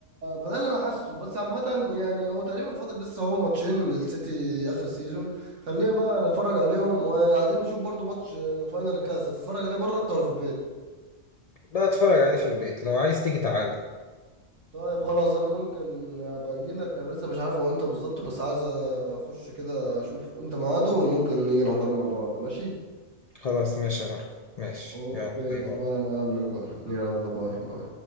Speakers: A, on the right; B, on the left.
A: فده اللي انا حاسه بس عامة يعني هو تقريبا فاضل لسه هو ماتشين للسيتي اخر سيزون خلينا بقى نتفرج عليهم وعايزين نشوف برضو ماتش آه، فاينل الكاس هتتفرج عليه بره انت ولا في البيت
B: ده اتفرج عليه في البيت لو عايز تيجي تعالى
A: طيب خلاص انا ممكن ابقى اجي لك انا لسه مش عارف هو امتى بالظبط بس عايز اخش كده اشوف امتى ميعاده وممكن نيجي نحضره مع بعض ماشي
B: خلاص ماشي يا ماركو ماشي
A: اوكي
B: يلا باي
A: اتفقنا
B: باي
A: اقابلك بقى يلا باي باي